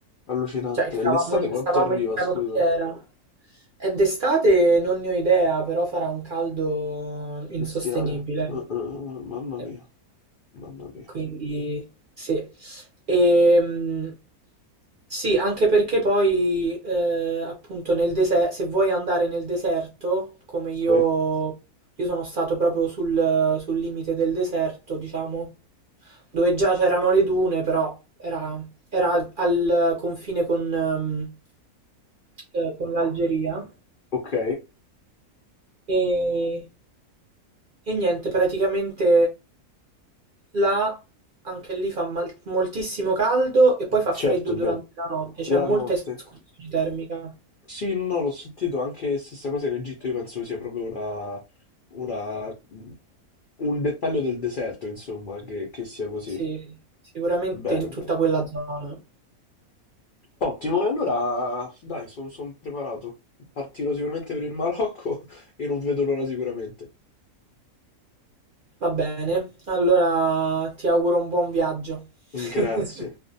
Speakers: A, on the left; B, on the right.
A: Allucinante.
B: cioè stavamo
A: E L'estate
B: in,
A: quanto
B: stavamo
A: arriva,
B: in canottiera.
A: scusa?
B: E d'estate non ne ho idea, però farà un caldo insostenibile.
A: Bestiale. Uh, uh, uh, mamma
B: Eh,
A: mia, mamma mia.
B: Quindi sì. E, mh, sì, anche perché poi eh, appunto nel deserto, se vuoi andare nel deserto, come io,
A: Sì,
B: io sono stato proprio sul, sul limite del deserto, diciamo, dove già c'erano le dune, però era, era al confine con, ehm, eh, con l'Algeria.
A: ok,
B: E, e niente, praticamente là anche lì fa mal- moltissimo caldo e poi fa
A: certo,
B: freddo
A: beh,
B: durante la notte, c'è
A: la
B: molta
A: notte.
B: escursione termica.
A: Sì, no, l'ho sentito anche stessa cosa in Egitto, io penso sia proprio una, una- mm, un dettaglio del deserto, insomma, che, che sia così.
B: Sì, sì, sicuramente
A: Bene,
B: in tutta
A: bene.
B: quella zona.
A: Ottimo, e allora dai, sono preparato. Partirò sicuramente per il Marocco <laughs> e non vedo l'ora sicuramente.
B: Va bene, allora ti auguro un buon viaggio. <laughs>
A: Grazie.